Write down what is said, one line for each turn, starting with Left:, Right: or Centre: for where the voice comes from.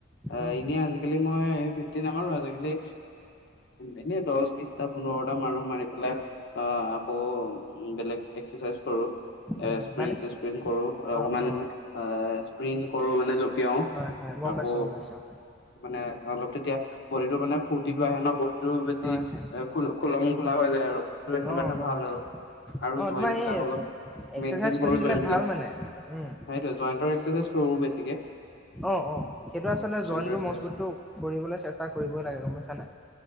Left: অ
Centre: উম
Left: এনে আজি আজি কালি মই ফিফটি নামাৰো আজি কালি এনে দহ দশটা পোন্ধৰটা মাৰো মাৰি পেলাই অ আকৌ বেলেগ এক্সাচাইজ কৰোঁ। এ,
Centre: উম
Left: ইস্প্ৰিং
Centre: মানে
Left: চিস্পিং কৰো অকমান
Centre: অ অ
Left: অ', ইস্প্ৰিং কৰো মানে জপ জঁপিয়াও,
Centre: হয় হয় গম
Left: আকৌ
Centre: পাইছো গম পাইছো
Left: মানে অলপ তেতিয়া বদিটো মানে ফূৰ্তি আহে ন বদিটো বেছি
Centre: হয় হয়
Left: এ খোল, খোলোং খোলা হৈ যায় আৰু সেইটো
Centre: অ
Left: কাৰণে
Centre: গম
Left: ভাল
Centre: পাইছো
Left: আৰু আৰু
Centre: অ
Left: জইণ্ট
Centre: তোমাৰ
Left: বিলাক
Centre: এই
Left: অলপ
Centre: এক্সাৰচাইজ
Left: মেইনটেইন কৰো
Centre: কৰি থাকিলে
Left: জইণ্ট বিলাক।
Centre: ভাল মানে উম
Left: সেইটোৱে জইণ্টৰ এক্সেচাইজ কৰোঁ বেছিকে।
Centre: অ', অ' সেইটো আচলতে
Left: জইন্টৰ
Centre: জইনটো
Left: এক্সাৰচাইজ
Centre: মজবুতটো কৰিবলৈ চেষ্টা কৰিবই লাগে গম পইচা নাই।